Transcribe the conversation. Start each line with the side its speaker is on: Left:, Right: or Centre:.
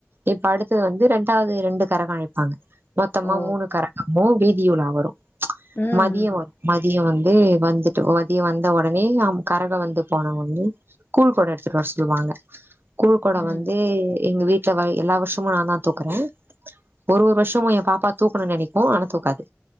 Right: இப்ப அடுதது வந்து ரெண்டாவது ரெண்டு கரகம் அழைப்பாங்க மொத்தமா
Left: ஓ
Right: மூணு கரகமு வீதியுலா வரு
Left: ம்
Right: மதியோ
Left: ம்
Right: வரு மதியோ வந்து வந்துட்டு மதியோ வந்த ஒடனே கரகோ வந்து போன ஒன்னே கொட எடுத்துட்டு வர சொல்வாங்க கூழ் கொட
Left: ம்
Right: வந்து
Left: ம் ம்
Right: எங்க வீட் டுல வை எல்லா வருஷமு நா தா தூக்குறே ஒரு ஒரு வருஷமு ஏ பாப்பா தூக்கணு நெனக்கு ஆனா தூக்காது